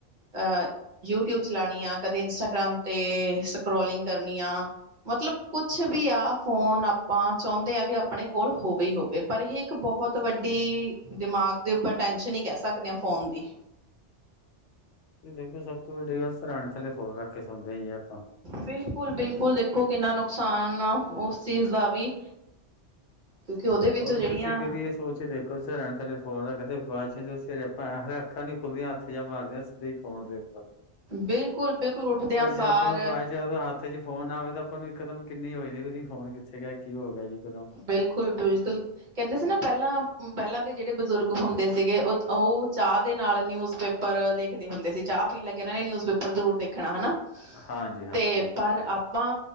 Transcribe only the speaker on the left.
ਦੇਖੋ <unintelligible> ਸਰਾਣੇ ਥੱਲੇ ਫੋਨ ਰੱਖ ਕੇ ਸੌਦੇ ਹੀ ਆਪਾਂ
ਹੋਰ
ਤੁਸੀਂ ਕਦੀ ਇਹ ਸੋਚ ਕੇ ਦੇਖੋ ਸਿਰਹਾਣੇ ਥੱਲੇ ਫੋਨ ਰੱਖਦੇ ਬਾਅਦ ਚ ਚ ਸੀ <inaudible> ਫਿਰ ਅਪਣੀ ਹਲੇ ਅੱਖਾਂ ਨੀ ਖੁੱਲਦੀਆਂ <unintelligible> ਉੱਥੇ ਜਾ ਮਾਰਦੇ ਹਾਂ ਸਿੱਧੇ ਫੋਨ ਦੇ ਉੱਪਰ <unintelligible>
ਉਹ ਜੇ
ਆਪਾਂ ਨੂੰ ਬਾਅਦ ਚ ਹੱਥ ਚ ਫੋਨ ਆਵੇ ਤਾਂ ਆਪਾਂ ਨੂੰ ਇੱਕਦਮ ਕਿੰਨੀ ਹੋਈ <unintelligible> ਫੋਨ ਕਿੱਥੇ ਗਿਆ ਕੀ ਹੋ ਗਿਆ ਜੀ ਇੱਕਦਮ
ਹਾਂਜੀ ਹਾਂਜੀ
ਬਿਲਕੁਲ